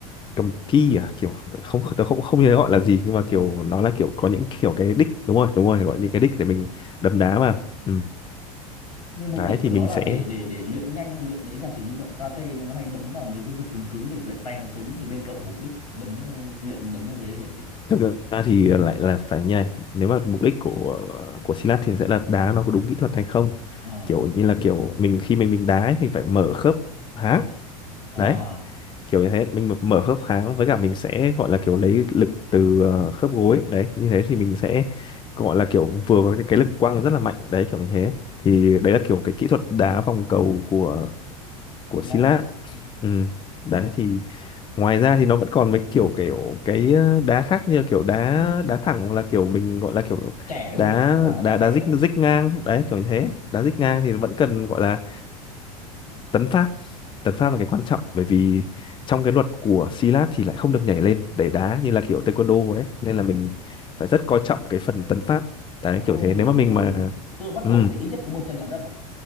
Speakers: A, on the left (about 25°); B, on the left (about 85°).
A: cầm ki à kiểu không tớ không không nhớ gọi là gì nhưng mà
B: ờ
A: kiểu nó là kiểu có những kiểu cái đích đúng rồi đúng rồi gọi những cái đích để mình đấm đá vào ừ.
B: nhưng mục
A: đấy
B: đích
A: thì
B: của nó
A: mình
B: là
A: sẽ
B: để để để luyện nhanh hay luyện đấy giả sử như bọn karate nhưng nó hay đấm vào mấy cái vật cứng cứng để luyện tay nó cứng ấy, thì bên cậu mục đích đấm ấy- luyện đấm vào cái đấy điểm gì
A: thực ra thì lại là phải như này nếu mà mục đích của của Silat thì sẽ là đá nó có đúng kỹ thuật hay không
B: ờ
A: kiểu như là kiểu mình khi mình mình đá ấy, mình phải mở khớp háng
B: à
A: đấy kiểu như thế mình mở khớp háng với cả mình sẽ gọi là kiểu lấy lực từ ờ, khớp gối đấy như thế thì mình sẽ gọi là kiểu vừa có cái, cái lực quăng rất là mạnh đấy kiểu như thế thì đấy là kiểu cái kỹ thuật đá vòng cầu của của
B: chỉ lát
A: Hy Lạp
B: này Ừ.
A: ừ. đấy thì ngoài ra thì nó vẫn còn mấy kiểu kiểu cái ờ, đá khác như là kiểu đá đá thẳng hoặc là kiểu mình gọi là kiểu
B: trẻ đúng
A: đá
B: không đã thẳng là
A: đá
B: giá
A: đá
B: trẻ
A: dích
B: đấy đúng không
A: dích ngang đấy kiểu như thế đá dích
B: Vậy-
A: ngang thì vẫn cần
B: ờ,
A: gọi là tấn pháp tấn pháp là cái
B: ờ.
A: quan trọng bởi vì trong cái luật của Xi Lát thì lại không được nhảy lên để đá như là kiểu taekwondo ấy nên là mình phải rất coi trọng cái phần tấn pháp đấy
B: không
A: kiểu thế
B: nhảy
A: nếu mà
B: lên
A: mình mà
B: tức là bắt
A: ừ
B: buộc phải ít nhất có một chân chạm đất à